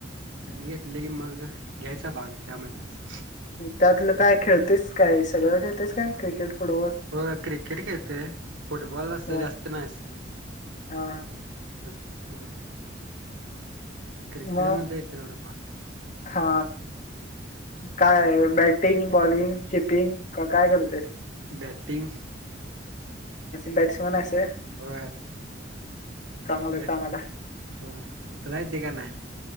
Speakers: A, on the right (about 85°); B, on the left (about 40°).
A: त्यांनी घेतले की मग घ्यायचा भाग त्यामध्येच
B: त्यातलं काय खेळतेस काय सगळं खेळतेस काय क्रिकेट फुटबॉल
A: हो क्रिकेट खेळतेय फुटबॉल
B: हा
A: जास्त नाहीस
B: हा
A: होय क्रिकेटमधलं
B: मग
A: य तेथवढं फार
B: हा काय बॅटिंग बॉलिंग किपिंग काय करूते
A: बॅटिंग
B: बॅट्समॅन असे होय
A: हो <unintelligible>
B: चांगला चांगला
A: होय तुला एत्य का नाही